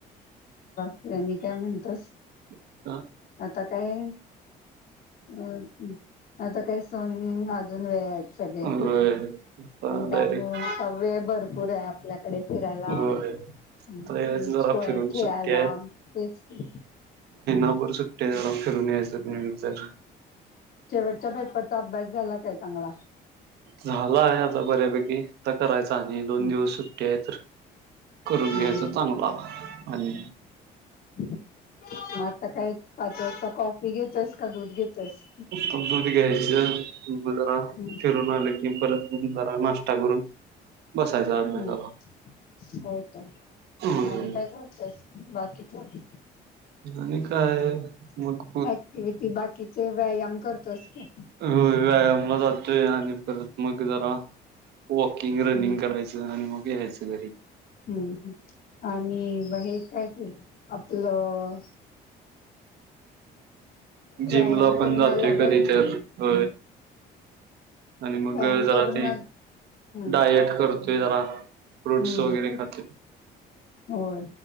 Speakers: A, on the left; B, on the right.
A: काय आणि काय म्हणतोस?
B: <inaudible>
A: आता काय अ आता काही सोन अजून वेळ हाय सगळे
B: होय आता
A: त्यामुंळ
B: डायरेक्ट
A: सगळे भरपूर आहे आपल्याकडे, फिरायला
B: होय
A: हम्म
B: आता यायचं जरा
A: स्प
B: फिरून
A: खेळायला
B: सुट्टी
A: हेच की
B: अवघड सुट्टी हाय जरा फिरून यायचं <unintelligible>
A: शेवटच्या पेपरचा अभ्यास झाला काय चांगला
B: झालाय आता बऱ्यापैकी करायच आणि
A: हम्म
B: दोन दिवस सुट्टी आहे तर करून
A: हम्म
B: घ्यायचा चांगला आणि
A: म आता काय पाच वाजता घेतोयस का दूध घेतोयस
B: कंपनीत घ्यायच म जरा
A: हम्म
B: फिरून आलं कि परत म जरा नाश्ता करून बसायचा अभ्यासाला
A: हम्म होय की
B: होय
A: आणि काय करतोय? बाकी काय?
B: आणि काय? मग
A: ऍक्टिव्हटी बाकीचे व्यायाम करत असते.
B: होय व्यायामला जातोय आणि <unintelligible> मग जरा वॉकिंग,
A: हम्म
B: रनिंग करायचं आणि मग यायचं घरी
A: हम्म आणि हे काय ते आपलं <inaudible>
B: जी
A: व्यायाम
B: मुला
A: करून
B: पण जातोय
A: आल्यावर
B: कधी तर होय <unintelligible> आणि
A: व्यायाम
B: मग जरा
A: करून
B: ते
A: आल हम्म
B: डायट करतोय, जरा फ्रूट्स
A: हम्म
B: वगैरे
A: ते
B: खाते
A: होय